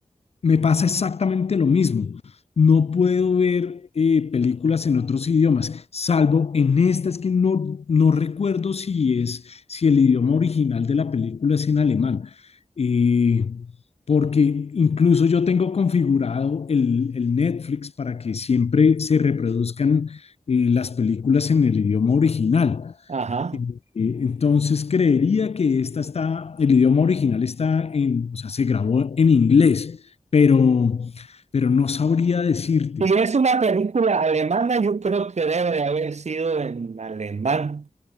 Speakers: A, on the left; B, on the right.
A: Me pasa exactamente lo mismo. No puedo ver eh, películas en otros idiomas, salvo en esta, es que no, no recuerdo si es, si el idioma original de la película es en alemán, Eh, porque incluso yo tengo configurado el, el Netflix para que siempre se reproduzcan eh, las películas en el idioma original.
B: Ajá.
A: Eh, Entonces creería que esta está, el idioma original está en, o sea, se grabó en inglés, pero, pero no sabría decirte.
B: Si es una película alemana, yo creo que debe de haber sido en alemán.